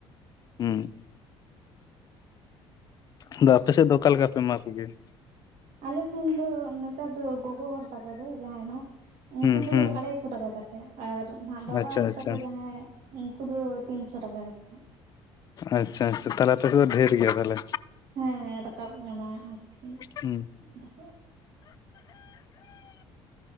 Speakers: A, on the left (about 35°); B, on the right (about 70°).
A: ᱦᱩᱸ ᱾ ᱟᱫᱚ ᱟᱯᱮ ᱥᱮᱫ ᱫᱚ ᱚᱠᱟ ᱞᱮᱠᱟ ᱯᱮ ᱮᱢᱟ ᱠᱩ ᱜᱮᱭᱟ?
B: ᱟᱞᱮᱥᱮᱱ ᱫᱚ ᱱᱮᱛᱟᱨ ᱫᱚ ᱜᱚᱜᱚ ᱦᱚᱲ ᱛᱟᱠᱚ ᱫᱚ ᱡᱟᱦᱟᱸᱟᱭ ᱱᱟᱜ, ᱩᱱᱠᱩ
A: ᱦᱩᱸ
B: ᱫᱚ
A: ᱦᱩᱸ
B: ᱟᱲᱟᱭ ᱥᱚ ᱴᱟᱠᱟ ᱠᱟᱛ ᱛᱮ ᱟᱨ ᱱᱟᱦᱟᱜ ᱵᱟᱵᱟ
A: ᱟᱪᱪᱷᱟ
B: ᱦᱚᱲ
A: ᱟᱪᱪᱷᱟ
B: ᱛᱟᱠᱚ ᱡᱟᱦᱟᱸᱭ ᱩᱱᱠᱩ ᱫᱚ ᱛᱤᱱᱥᱚ ᱴᱟᱠᱟ ᱠᱟᱛᱮᱜ᱾
A: ᱟᱪᱪᱷᱟ ᱟᱪᱪᱷᱟ ᱛᱟᱦᱞᱮ ᱟᱯᱮ ᱥᱮᱫ ᱫᱚ ᱰᱷᱮᱨ ᱜᱮᱭᱟ ᱛᱟᱦᱞᱮ᱾
B: ᱦᱮᱸ ᱫᱟᱠᱟᱵ ᱟᱠᱟᱱᱟ ᱟᱨᱠᱤ,
A: ᱦᱩᱸ
B: ᱫᱟᱠᱟᱵ᱾